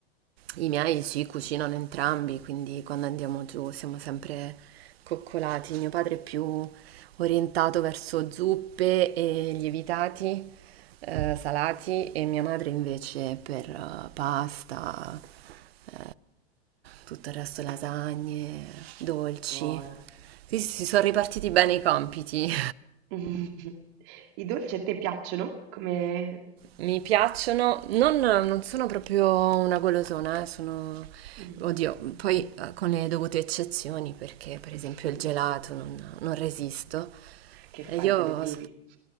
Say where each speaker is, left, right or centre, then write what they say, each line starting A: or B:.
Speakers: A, on the right (about 75°); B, on the right (about 50°).
A: I miei si cucinano entrambi, quindi quando andiamo giù siamo sempre coccolati. Mio padre è più orientato verso zuppe e lievitati, eh, salati,
B: Mm,
A: e mia madre invece per eh, pasta, eh, tutto il resto lasagne, dolci.
B: buona.
A: Sì, sì, si sono ripartiti bene i compiti.
B: <laughs> I dolci a te piacciono? Come...
A: mi piacciono, non, non sono proprio una golosona, eh, sono...
B: Mm.
A: Oddio, poi eh, con le dovute eccezioni, perché per
B: <laughs>
A: esempio il gelato non, non resisto.
B: Che fai,
A: E io...
B: te ne privi?
A: eh,